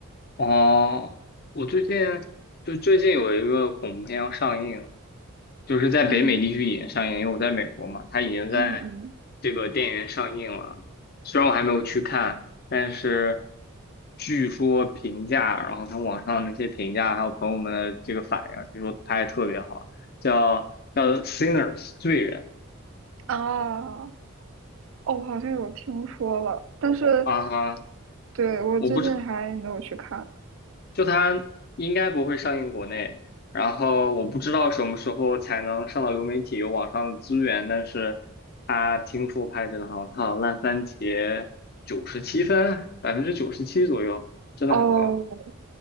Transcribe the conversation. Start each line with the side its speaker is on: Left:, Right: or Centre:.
Left: 哦，我最近就最近有一个恐怖片要上映，就是在北美地区已经上映，
Right: 嗯
Left: 因为我在美国嘛，它已经在
Right: 嗯嗯，
Left: 这个电影院上映了。虽然我还没有去看，但是据说评价，然后看网上那些评价，还有朋友们的这个反应，据说拍的特别好，叫叫《Sinners》罪人
Right: 啊，哦，我好像有听说了，但是
Left: 啊哈，
Right: 对我最近还没有去看。
Left: 我不知就它应该不会上映国内，然后我不知道什么时候才能上到流媒体有网上的资源，但是它听说拍得真的很好，它好像烂番茄九十七分，百分之九十七左右，真的很高。
Right: 哦，